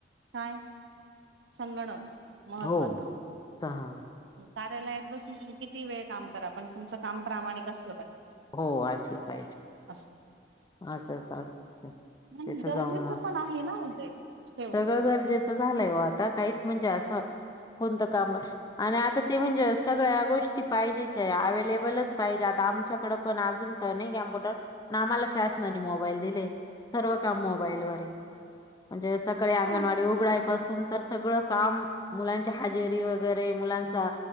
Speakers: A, on the right; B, on the left.
A: काय? संगणक.. महत्त्वाचं
B: हो स ह
A: कार्यालयात बसून तुम्ही किती वेळ काम करा. पण तुमचं काम प्रामाणिक अस,
B: हो वाचलं पाहिजे.
A: असं
B: अस अस असत
A: नाही
B: तिथे
A: गरजेचं
B: जाऊन मस्त
A: पण आहे ना ओ ते शेवटी
B: सगळं गरजेचं झालंय. हो आता काहीच म्हणजे असं, कोणतं काम आणि आता ते म्हणजे, सगळ्या गोष्टी पाहिजेच आहे अवेलेबलच पाहिजे. हे आता आमच्याकड पण अजून तर नाही, '' कम्प्युटर''पण आम्हाला शासनाने मोबाईल दिले सर्व काम मोबाईलवरर म्हणजे सकाळी ''अंगणवाडी''
A: हा
B: उघडाय पाून तर सगळ काम मुलांच्या हजेरी.. वगैरे मुलांचा